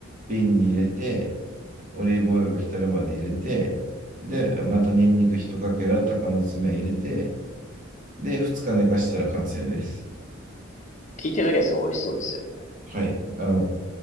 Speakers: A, on the right; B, on the left.
A: 瓶に入れて、オリーブオイルを浸るまで入れて、で、またニンニク一かけら、鷹の爪入れて、で、二日寝かしたら完成です。
B: 聞いてるだけですよ。美味しそうですよね。
A: はい。あの、